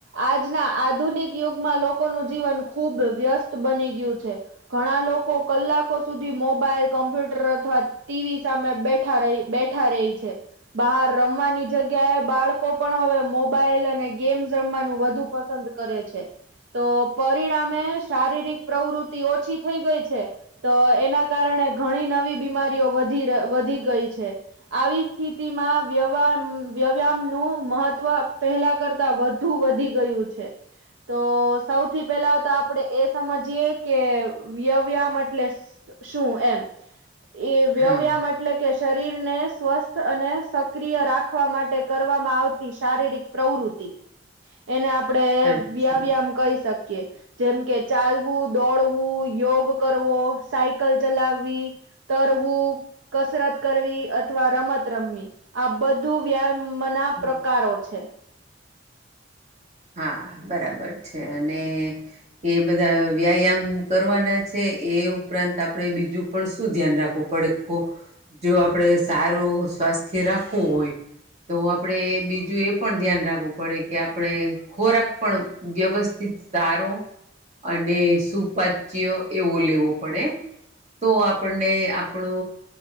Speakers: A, on the right; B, on the right.
A: આજના આધુનિક યુગમાં લોકોનું જીવન ખુબ વ્યસ્ત બની ગયું ઘણા લોકો કલાકો સુધી મોબાઈલ કોમ્પ્યુટર અથવા ટીવી સામે બેઠ ર બેઠા રહી છે બહાર રમવાની જગ્યાએ બાળકો પણ હવે મોબાઈલ અને ગેમ રમવાનું વધુ પસંદ કરે છે. તો પરિણામે શારીરિક પ્રવૃત્તિ ઓછી થઈ ગઈ છે. તો એના કારણે ઘણી નવી બીમારીઓ વધી ગઈ છે. આવી સ્થિતિમાં વ્યહાર વ્યાયામ નું મહત્વ પહેલા કરતા વધુ વધી ગયું છે. તો સૌથી પેલા તો આપણેે એ સમજીએ કે વ્યાયામ એટલે શું એમ એ વ્યવયામ
B: હા
A: એટલે કે શરીરને સ્વસ્થ અને સક્રિય રાખવા માટે કરવામાં આવતી શારીરિક પ્રવૃત્તિ. એને આપડે
B: અચ્છા
A: વ્યાવ્યામ કહી શકીએ. જેમ કે ચાલવું દોડવું યોગ કરવો સાયકલ ચલાવી તરવું, કસરત કરવી અથવા રમત રમવી આ બધું વ્યામ મ ના
B: હમ
A: પ્રકારો છે.
B: હા બરાબર છે. અને એ બધા વ્યાયામ કરવાના છે. એ ઉપરાંત આપણેે બીજું પણ શું ધ્યાન રાખવું પડે જો આપડે સારું સ્વાસ્થ્ય રાખવું હોય તો આપણે બીજું એ પણ ધ્યાન રાખવું પડે કે આપણે ખોરાક પણ વ્યવસ્થિત સારો અને સુપાચ્ય એવો લેવો પડે. તો આપણને આપણો